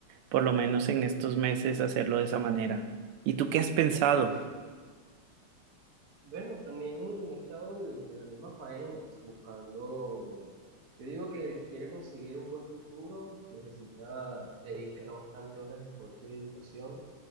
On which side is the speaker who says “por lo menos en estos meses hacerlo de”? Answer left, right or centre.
Right